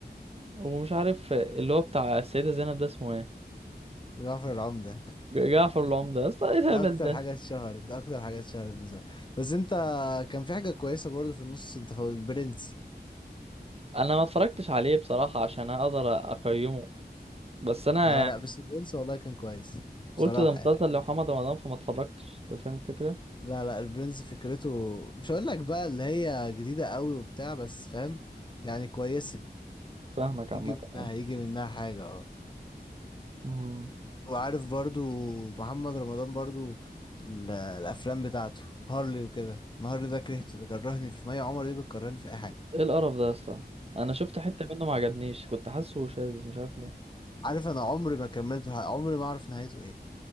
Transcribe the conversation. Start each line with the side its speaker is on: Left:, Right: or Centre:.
Right: ومش عارف اللي هو بتاع السيدة زينب ده اسمه ايه
Left: جعفر العمدة
Right: ج- جعفر العمدة يا اسطى
Left: <laughs>
Right: ايه الهبل
Left: ده أكتر
Right: ده
Left: حاجة اتشهرت ده أكتر حاجة اتشهرت مثلا بس أنت كان في حاجة كويسة برضو في النص أنت فوت البرنس
Right: انا ما اتفرجتش عليه بصراحة عشان اقدر اقيمه بس انا
Left: أه
Right: يعني
Left: لأ بس البرنس والله كان كويس
Right: قلت
Left: بصراحة
Right: ده مسلسل
Left: يعني.
Right: لمحمد رمضان فما اتفرجتش انت فاهم الفكرة
Left: لا لا البرنس فكرته مش هقول لك بقى اللي هي جديدة قوي وبتاع بس فاهم يعني كويسة
Right: فاهمك عامة
Left: يجي منها
Right: أوي.
Left: يجي منها حاجة آه.
Right: امم
Left: وعارف برضو محمد رمضان برضو ال- الافلام بتاعته هارلي وكده ما هارلي ده كرهته بيكرهني في مي عمر دي بتكرهني في اي حاجه
Right: ايه القرف ده يا اسطى انا شفت حتة منه ما عجبنيش كنت حاسه شاذ مش عارف ليه
Left: عارف انا عمري ما كملته ح- عمري ما اعرف نهايته ايه